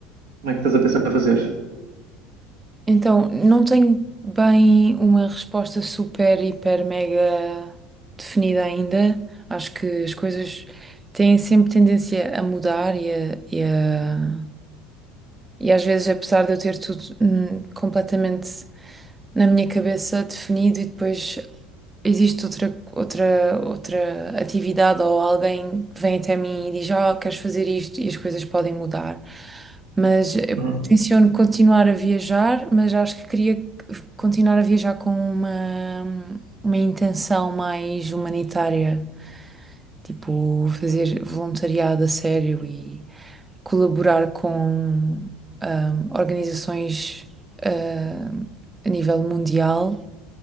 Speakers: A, on the right; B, on the right.
A: como é que estás a pensar a fazer?
B: Então, não tenho bem uma resposta super, hiper, mega definida ainda. Acho que as coisas têm sempre tendência a mudar e, a, e, a- e às vezes, apesar de eu ter tudo hum, completamente na minha cabeça definido e depois existe outra, outra, outra atividade ou alguém que vem até mim e diz, oh, queres fazer isto e as coisas podem mudar. Mas eu
A: Uhum,
B: tenciono continuar a viajar, mas acho que queria continuar a viajar com uma, uma intenção mais humanitária, tipo fazer voluntariado a sério e colaborar com ahm, organizações ah, a nível mundial